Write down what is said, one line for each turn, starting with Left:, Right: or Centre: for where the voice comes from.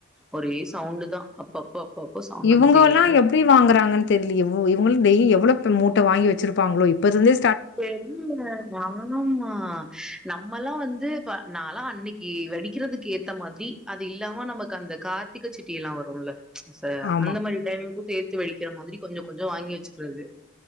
Centre: ஒரே சவுண்டுதா அப்பப்ப அப்பப்போ சவுண்ட்
Left: இவுங்கோல்லா
Centre: வந்துட்டே தா
Left: எப்டி வாங்கறாங்கன் தெர்லியே ஓ இவுங்கள் டெய்லி எவ்ளோ ப்ரமோத் வாங்கி வச்சிருப்பாங்ளோ இப்பருந்தே
Centre: தெரியில நானம்மா நம்மல்லா வந்து ப நாலா அன்னைக்கு வெடிக்கிறதுக்கு ஏத்த மாதிரி அது இல்லாம நமக்கு அந்த கார்த்திக சிட்டி எல்லா வருல்ல ச
Left: ஆமா
Centre: அந்த மாரி டைமிங் கூ சே வெடிக்கிற மாதிரி கொஞ்சொ கொஞ்சொ வாங்கி வெச்சுக்றது